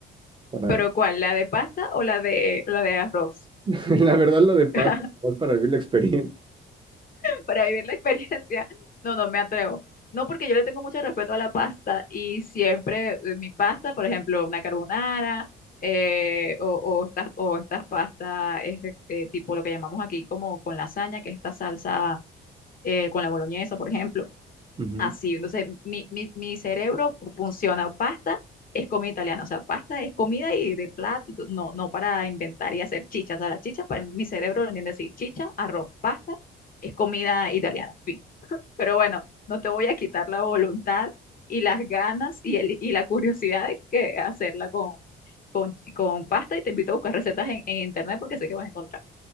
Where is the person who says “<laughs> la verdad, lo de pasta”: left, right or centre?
Right